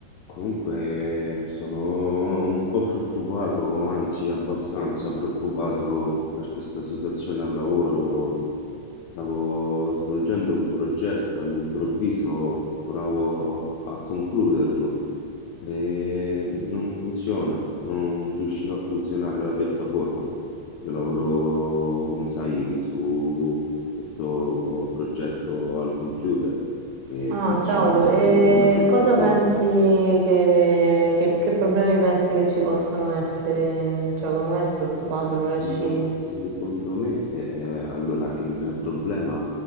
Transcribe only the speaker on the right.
Ah,
cavolo, e
cosa pensi che, che- che problemi pensi che ci possano essere? Cioè, come mai sei preoccupato? Non riesci...